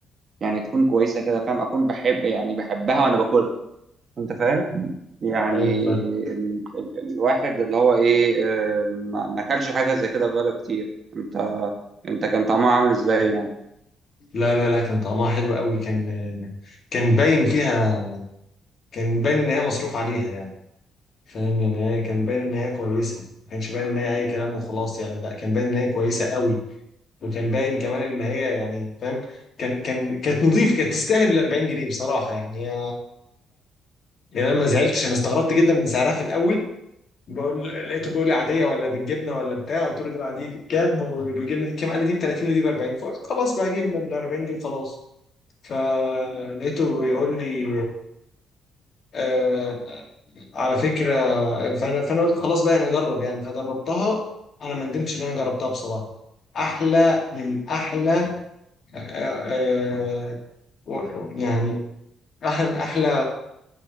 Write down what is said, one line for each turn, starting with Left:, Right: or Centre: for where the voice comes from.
Right: يعني تكون كويسه كده فاهم اكون بحب يعني بحبها وانا باكلها انت فاهم يعني
Left: ايوه فاهم
Right: ال... ال... الواحد اللي هو ايه آه، ما ما اكلش حاجه زي كده بقاله كتير انت انت كان طعمها عامل ازاي يعني
Left: لا لا لا كان طعمها حلو قوي كان كان باين فيها كان باين ان هي مصروف عليها يعني فاهم يعني هي كان باين ان هي كويسه ما كانش باين ان هي اي كلام وخلاص يعني لا كان باين ان هي كويسه قوي وكان باين كمان ان هي يعني فاهم كان كان كانت نظيف كانت تستاهل ال 40 جنيه بصراحه يعني هي يعني انا ما زعلتش انا استغربت جدا من سعرها في الاول بقول لقيته بيقول لي عاديه ولا بالجبنه ولا بتاع قلت له دي العاديه دي بكام والجبنه دي بكام قال لي دي ب 30 ودي ب 40 فقلت خلاص بقى اجيب من 40 دي وخلاص فلقيته بيقول لي آه على فكره فانا فانا قلت خلاص بقى انا اجرب يعني فجربتها انا ما ندمتش ان انا جربتها بصراحه احلى من احلى آه، آه، يعني احلى من احلى